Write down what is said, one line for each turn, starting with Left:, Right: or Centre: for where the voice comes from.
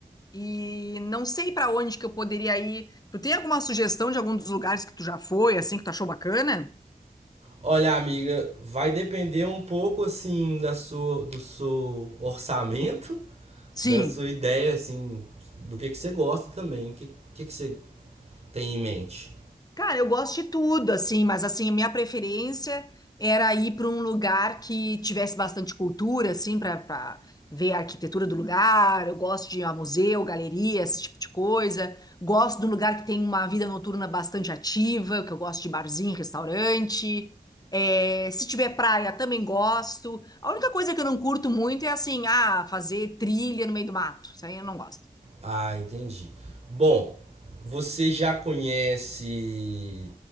Left: e não sei pra onde que eu poderia ir. Tu tem alguma sugestão de algum dos lugares que tu já foi, assim, que tu achou bacana?
Right: Olha, amiga, vai depender um pouco assim da sua, do seu orçamento,
Left: Sim.
Right: da sua ideia assim, do que que você gosta também, o que, que que você tem em mente.
Left: Cara, eu gosto de tudo, assim, mas assim, a minha preferência era ir para um lugar que tivesse bastante cultura, assim, para ver a arquitetura do lugar. Eu gosto de ir a museu, galeria, esse tipo de coisa. Gosto de um lugar que tem uma vida noturna bastante ativa, que eu gosto de barzinho, restaurante. É, se tiver praia, também gosto. A única coisa que eu não curto muito é assim, ah, fazer trilha no meio do mato. Isso aí eu não gosto.
Right: Ah, entendi. Bom, você já conhece